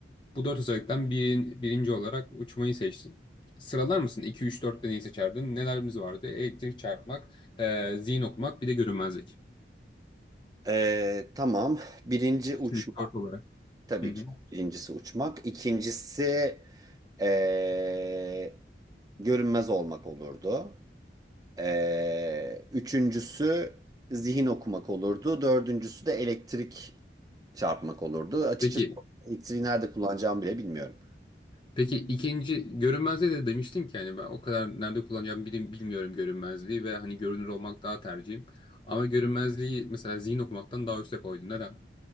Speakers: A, on the left; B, on the right.
A: Bu dört özellikten birin, birinci olarak uçmayı seçtin. Sıralar mısın? 2, 3, 4'te neyi seçerdin? Nelerimiz vardı? Elektrik çarpmak, e, zihin okumak, bir de görünmezlik.
B: Ee, tamam. Birinci uçma.
A: 2, 3, 4 olarak.
B: Tabii
A: Hı hı.
B: ki. Birincisi uçmak. İkincisi eee, görünmez olmak olurdu. Eee, üçüncüsü zihin okumak olurdu. Dördüncüsü de elektrik çarpmak olurdu. Açıkçası
A: Peki
B: elektriği nerede kullanacağımı bile bilmiyorum.
A: Peki ikinci görünmezliğe de demiştin ki yani ben o kadar nerede kullanacağımı bilim, bilmiyorum görünmezliği ve hani görünür olmak daha tercihim. Ama görünmezliği mesela zihin okumaktan daha üste koydun. Neden?